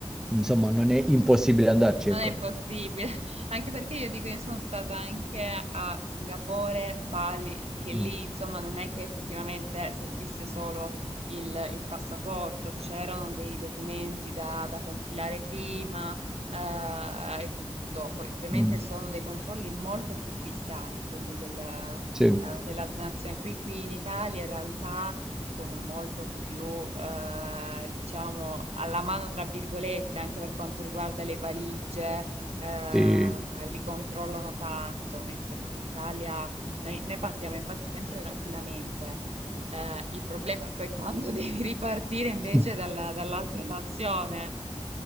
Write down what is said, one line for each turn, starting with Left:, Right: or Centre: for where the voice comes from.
Centre: insomma, non è impossibile andarci,
Right: Non
Centre: ecco.
Right: è impossibile, <laughs> anche perché io dico, io sono stata anche a Singapore, Bali, anche
Centre: Mm.
Right: lì, insomma, non è che effettivamente servisse solo il, il passaporto, c'erano dei documenti da, da compilare prima, eh, e tutto. Poi ovviamente
Centre: Mm.
Right: sono dei controlli molto più fiscali, quelli del- eh,
Centre: Sì,
Right: dell'altra nazione. Qui, qui in Italia in realtà sono molto più, ehm, diciamo, "alla mano" tra virgolette, anche per quanto riguarda le valigie, ehm,
Centre: sì,
Right: li controllano tanto, mentre qui in Italia noi noi partiamo infatti sempre tranquillamente. Eh, il problema è poi quando <laughs> devi ripartire invece
Centre: sì.
Right: dalla- dall'altra nazione.